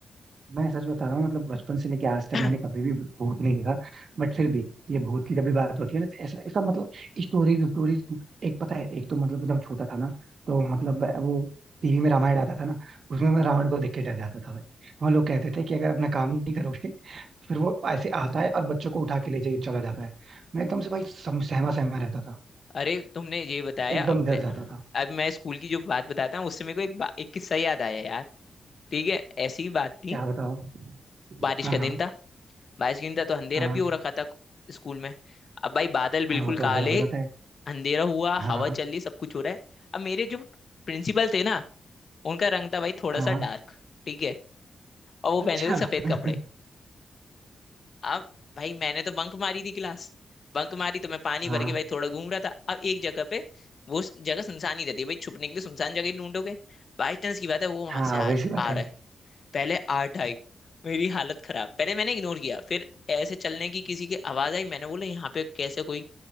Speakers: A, on the right; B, on the left.
A: मैं सच बता रहा हूँ मतलब बचपन से लेके आज तक
B: <clears throat>
A: मैंने कभी भी भूत नहीं देखा बट फिर भी ये भूत की जब भी बात होती है ना तो ऐसा इसका मतलब स्टोरीज स्टोरीज एक पता है एक तो मतलब जब छोटा था ना तो मतलब वो टीवी में रामायण आता था ना उसमें मैं रावण को देख के डर जाता था भाई वो लोग कहते थे कि अगर अपना काम नहीं करोगे फिर वो ऐसे आता है और बच्चों को उठा के ले जाके चला जाता है मैं एकदम से भाई सम, सहमा सहमा रहता था
B: अरे तुमने ये बताया
A: एकदम
B: अब
A: डर जाता था
B: अब मैं स्कूल की जो बात बताता हूँ उससे मेरे को एक बा, एक किस्सा याद आया यार ठीक है ऐसी ही बात थी
A: क्या बताओ
B: बारिश
A: हाँ
B: का
A: हाँ
B: दिन था बाईस घंटा तो अंधेरा
A: हाँ
B: भी हो रखा था स्कूल में अब भाई बादल बिल्कुल
A: हाँ वो तो
B: काले
A: अंधेरा हो जाता है
B: अंधेरा हुआ
A: हाँ
B: हवा चल रही सब कुछ हो रहा है अब मेरे जो प्रिंसिपल थे ना उनका रंग था भाई थोड़ा
A: हाँ
B: सा डार्क ठीक है और वो
A: अच्छा
B: पहने थे सफेद
A: <laughs>
B: कपड़े अब भाई मैंने तो बंक मारी थी क्लास बंक मारी तो मैं पानी
A: हाँ
B: भर के भाई थोड़ा घूम रहा था अब एक जगह पे वो स- जगह सुनसान ही रहती है भाई छुपने के लिए सुनसान जगह ही ढूंढोगे बाई चांस की बात है वो वहां
A: हाँ
B: से आ,
A: वैसी बात
B: आ
A: है
B: रहा है पहले आठ आई मेरी हालत खराब पहले मैंने इग्नोर किया फिर ऐसे चलने की किसी की आवाज आई मैंने बोला यहाँ पे कैसे कोई